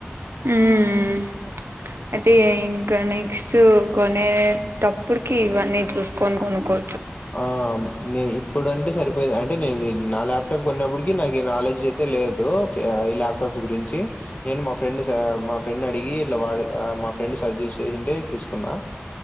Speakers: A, on the right; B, on the left.
A: ఉ ఉమ్ అయితే ఇంక నెక్స్ట్ కొనేటప్పడుకి ఇవన్నీ చూసుకోని కొనుక్కో
B: ఆ నే ఇప్పుడు అంటే సరిపోయిది అంటే నేను నా లాప్టాప్ కొన్నప్పుడు నాకి ఈ నాలెడ్జ్ అయితే లేదు. ఈ ల్యాప్టాప్స్ గురించి నేను మా ఫ్రెండ్స్ మా ఫ్రెండ్ అడిగి ఇట్లా వా మా ఫ్రెండ్ సజెస్ట్ చేసింటే తీసుకున్నా.